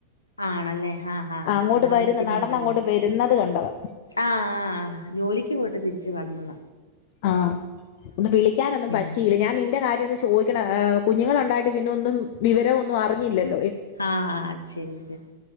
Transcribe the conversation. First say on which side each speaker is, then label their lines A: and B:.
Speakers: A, on the left (about 80°); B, on the left (about 50°).
A: ആണല്ലേ ആഹ് ആഹ്
B: ആ, അങ്ങോട്ട്
A: അവിടെ
B: വരുന്ന
A: നിക്കുന്നുണ്ടല്ലേ
B: നടന്ന് അങ്ങോട്ട് വരുന്നത് കണ്ടതാ
A: ആഹ് ജോലിക്ക് പോയിട്ട് തിരിച്ച് വന്നത
B: ആഹ് ഒന്ന് വിളിക്കാനൊന്നും പറ്റിയില്ല
A: നീ
B: ഞാ നിന്റെ കാര്യം ഒന്ന് ചോയ്ക്കണ <unintelligible> കുഞ്ഞുങ്ങളൊണ്ടായിട്ട് പിന്നൊന്നും വിവരൊന്നും അറിഞ്ഞില്ലല്
A: ആ ആ അത് ശരി ശരി